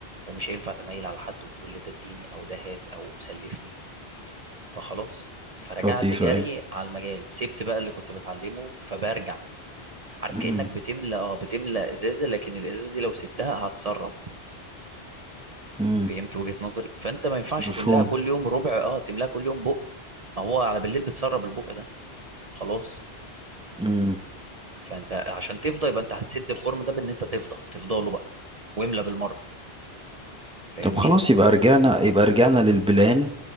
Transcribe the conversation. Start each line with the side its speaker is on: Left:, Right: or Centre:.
Right: ومش هينفع تميل على حد وتقول لي ده اديني او ده هات او سلفني فخلاص فرجعت
Centre: لطيفة
Right: جري
Centre: أيوة
Right: على المجال سبت بقى اللي كنت بتعلمه فبرجع عارف
Centre: مم.
Right: كأنك بتملى اه بتملى ازازة لكن الازازة دي لو سبتها هتسرب
Centre: مم.
Right: فهمت وجهة نظري فانت ما ينفعش
Centre: مفهوم
Right: تملاها كل يوم ربع اه تملاها كل يوم بق ما هو على بالليل بتسرب البق ده خلاص
Centre: مم.
Right: فانت عشان تفضى يبقى انت هتسد الخرم ده بان انت تفضى تفضله بقى واملى بالمرة فاهمني
Centre: طب خلاص يبقى رجعنا يبقى رجعنا للبلان